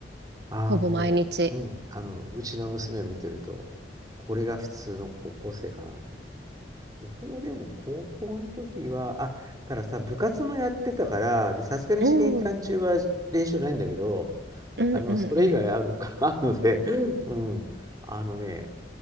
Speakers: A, on the right; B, on the right.
A: ああ、
B: ほぼ毎日。
A: もう、うん。あの、うちの娘を見てると、これが普通の高校生かなと。僕もでも高校の時は、あ、たださ、部活もやってたから、で、さすがに試験期間中は練習ないんだけど、
B: うん。うんうんうん。
A: あの、それ以外あるか、
B: う
A: <laughs> あるので、うん。あのね、